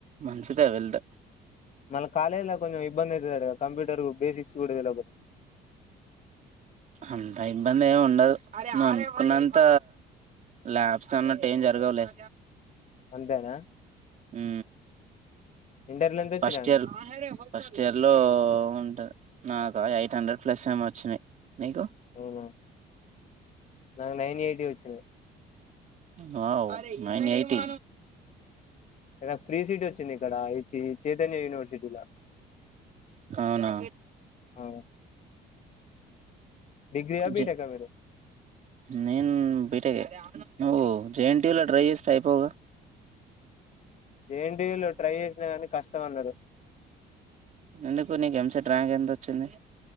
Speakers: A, on the right; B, on the left.
A: మంచిదా వెళ్తే
B: మళ్ కాలేజీలో కొంచెం ఇబ్బంది అవుతుందిడు కదా కంప్యూటర్ బేసిక్స్ కూడా తెలియక
A: అంత ఇబ్బంది ఏమి ఉండదు నువ్వు అనుకున్నంత ల్యాబ్స్ అన్నట్టు ఏం జరగవులే
B: అంతేనా
A: హు
B: ఇంటర్లో ఎంత వచ్చినాయి
A: ఫస్ట్ ఇయర్ ఫస్ట్ ఇయర్ లో ఉంటి నాగా ఎయిట్ హండ్రెడ్ ప్లస్ ఏమో వచ్చినాయి నీకు
B: అవునా నాకు నైన్ ఎయిటీ వచ్చినాయి
A: వావ్ నైన్ ఎయిటి
B: ఇడ ఫ్రీ సీట్ వచ్చింది ఇక్కడ ఈ చైతన్య యూనివర్సిటీలో
A: అవునా
B: ఆ డిగ్రీయా బీటెకా
A: జ
B: మీరు
A: నేన్ బీరీ నువ్వు జేఎన్టీలో డ్రై చేస్తే అయిపోగా
B: జేఎన్టీలో ట్రై చేసినా కానీ కష్టం అన్నారు
A: ఎందుకు నీకు ఎంసట్ ర్యాంక్ ఎంతొచ్చింది